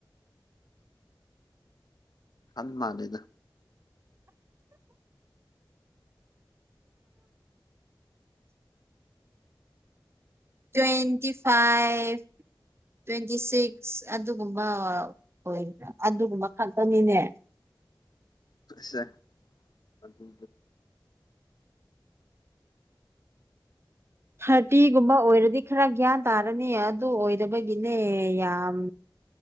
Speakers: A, on the left; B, on the right.
A: ꯍꯟ ꯃꯥꯅꯦꯗ
B: ꯇ꯭ꯋꯦꯟꯇꯤ ꯐꯥꯏꯚ ꯇ꯭ꯋꯦꯟꯇꯤ ꯁꯤꯛꯁ ꯑꯗꯨꯒꯨꯝꯕ ꯍꯣꯏ ꯑꯗꯨꯒꯨꯝꯕ ꯈꯛꯇꯅꯤꯅꯦ
A: ꯁꯦ ꯑꯗꯨ
B: ꯊꯇꯤꯒꯨꯝꯕ ꯑꯣꯏꯔꯗꯤ ꯈꯔ ꯒ꯭ꯌꯥꯟ ꯇꯥꯔꯅꯤ ꯑꯗꯨ ꯑꯣꯏꯕꯒꯤꯅꯦ ꯌꯥꯝ